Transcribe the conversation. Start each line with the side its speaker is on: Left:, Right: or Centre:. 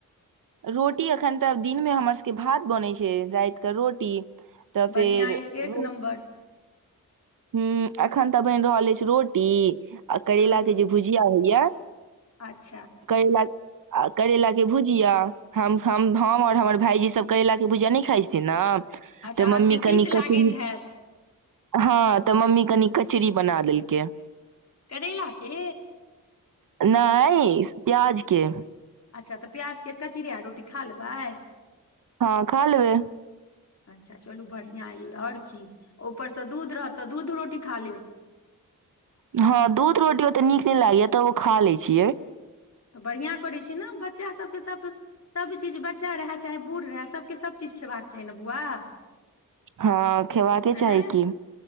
Right: रोटी एखन तऽ दिनमे हमर सभके भात बनैत छै, रातिमे रोटी। तऽ फेर
Left: बढ़िआँ अइ एक
Right: रो
Left: नम्बर
Right: हँ, एखन तऽ बनि रहल अछि रोटी आ करैलाक
Left: हँ
Right: जे भुजिया होइए।
Left: अच्छा
Right: कै लक आ करैलाके भुजिया हम, हम आओर हमर भायजी सभ करैलाके भुजिया नहि खाइ छथिन ने।
Left: अच्छा
Right: तऽ
Left: अहाँ
Right: मम्मी
Left: सभके तीत
Right: कनि
Left: लागैत
Right: कथि
Left: हैत
Right: हँ तऽ मम्मी कनि कचरी बना देलकै।
Left: करैला के
Right: नहि प्याज के।
Left: अच्छा तऽ प्याज के कचरी आ रोटी खा लेबै
Right: हँ खा लेबै
Left: अच्छा, चलू बढ़िआँ य, आओर की, ऊपरसँ दूध रहत तऽ दूधो रोटी खा लेब।
Right: हँ, दूध रोटी ओते नीक नहि लागैए, तबो खा लैत छियै।
Left: तऽ बढ़िआँ करै छै ने, बच्चा सभके सभ। सभ चीज, बच्चा रहै चाहे बूढ़ रहै, सभके सभ चीज खेबाक चाही ने, बौआ।
Right: हँ खेबाका के
Left: आँय
Right: चाही की